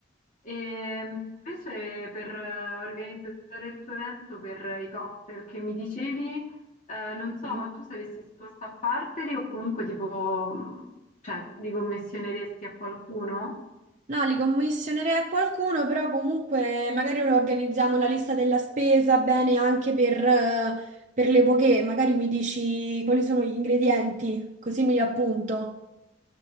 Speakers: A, on the left (about 45°); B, on the right (about 40°).
A: E invece per eh, organizzare il tuo evento per eh, i cocktail che mi dicevi, eh, non so,
B: Ok.
A: ma tu saresti disposta a farteli o comunque tipo, mh, cioè, li commissioneresti a qualcuno?
B: No, li commissionerei a qualcuno, però comunque magari organizziamo la lista della spesa bene anche per, eh, per le poche. Magari mi dici quali sono gli ingredienti, così mi li appunto.